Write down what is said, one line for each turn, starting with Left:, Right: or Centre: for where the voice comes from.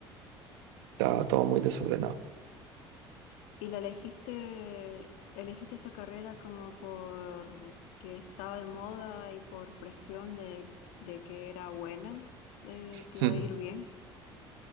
Right: estaba todo muy
Left: Ya.
Right: desordenado.
Left: ¿Y la elegiste, elegiste esa carrera como por que estaba de moda y por presión de, de que era buena? eh,
Right: <laughs>
Left: ¿te iba a ir bien?